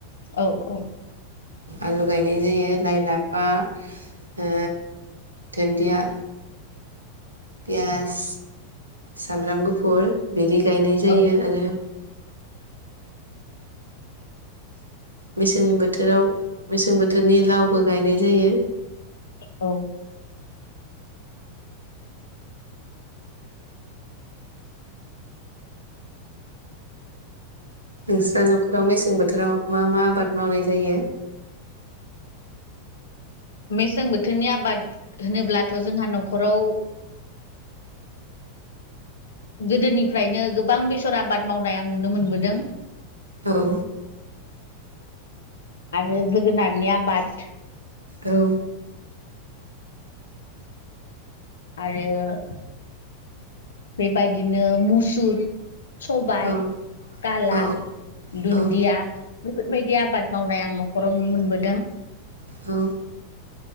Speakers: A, on the left; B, on the right.
A: औ औ
B: आलु गायनाय जायो लाइ, लाफा ओ दुन्दिया पियास, सामब्राम गुफुर बिदि गायनाय जायो
A: औ
B: आरो मेसें बोथोराव मेसें बोथोरनि लावबो गायनाय जायो
A: औ
B: नोंस्रा न'खराव मेसें बोथोराव मा मा आबाद मावनाय जायो?
A: मेसें बोथोरनि आबाद होनोब्लाथ' जोंहा न'खराव गोदोनिफ्रायनो गोबां बेसर आबाद मावनाय आं नुनो मोनबोदों।
B: औ
A: आरो जोगोनारनि आबाद
B: औ
A: आरो बेबायदिनो मुसुर सबाय
B: औ
A: काला,
B: औ
A: दुन्दिया
B: औ औ
A: बेफोरबायदि आबाद मावनाय आं न'खराव नुनो मोनबो दों
B: ओं